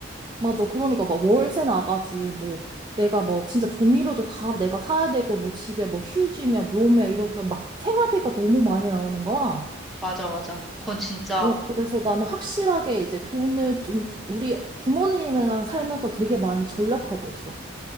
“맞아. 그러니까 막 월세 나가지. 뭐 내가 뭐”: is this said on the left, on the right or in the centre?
Right